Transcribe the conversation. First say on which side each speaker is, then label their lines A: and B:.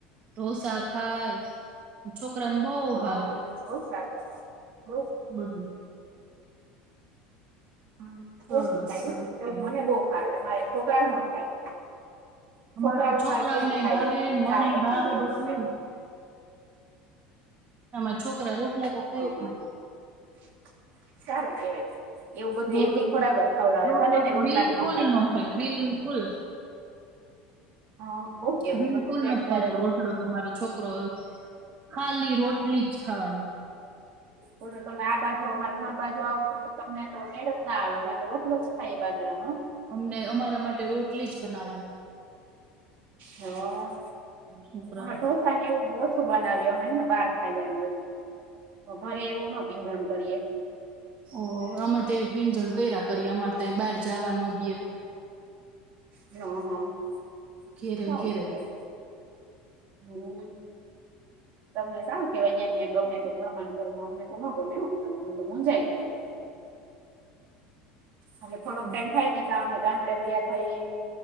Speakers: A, on the right; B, on the right.
A: ઢોસા ખાય છોકરાઓ ને બહુ
B: હા
A: ભાવે.
B: બહુ સરસ બહુ -
A: બધુંય
B: હમ
A: સરસ
B: ઓછું ખાય.
A: સરસ
B: એવું
A: કેવાય
B: મને બહુ ભાવે મારે છોકરાઓ ન ખાય.
A: અમારે
B: છોકરાઓ
A: તો છોકરાઓને
B: મારે કંઈ ખાય
A: ભાવે
B: જ નહી. એ ચા
A: મને
B: ને રોટલી
A: ભાવે
B: ને એવું
A: બધું
B: જ ખાય.
A: તમારા છોકરા રોટલા
B: હા
A: તો ખાય જ નહી.
B: <inaudible> સારું કહેવાય. એવું બધું
A: રોટલું
B: હેલ્ધી ખોરાક
A: તો
B: જ ખવડાવાય
A: રોટલો
B: ભલે ને
A: તો
B: રોટલા
A: બિલકુલ
B: ન ખાય.
A: નો બિલકુલ
B: હા બહુ કેવાય
A: બિલકુલ
B: તો તો ક્યાંક
A: નથી
B: ત્યારે
A: ખાતો રોટલો તો મારો છોકરો ખાલી રોટલી જ ખાવાની.
B: તો તો તમે આ બાજુ અમાર ઘર બાજુ આવો તો તો તમને તો મેળ જ ના આવે અમે તો રોટલો જ ખાઈએ બાજરાનો
A: અમને અમારા માટે રોટલી જ બનાવવાનું.
B: હા
A: છોકરા
B: હ ઢોસા ને એવું ઓછું બનાવીએ અમે હે ને બાર ખાઈ આવીએ એવું તો ઘરે એવું ન પીંજણ કરીએ.
A: ઓ અમે તેવી પીંજણ કર્યા કરીએ. અમારે તૈયા બહાર જવા નો દે તો.
B: હા હા
A: ઘેરે
B: સારું
A: ને ઘેરે
B: હમ, તમને સારું કેવાય ત્યાં ને ત્યાં ગમે ઘરમાં ને ઘરમાં અમને તો ન ગમે હો અમે તો મુંજાઈ જાયે. અમે થોડોક
A: જ.
B: ટાઈમ થાય ને તા અમે ગામડે વયા જઈએ.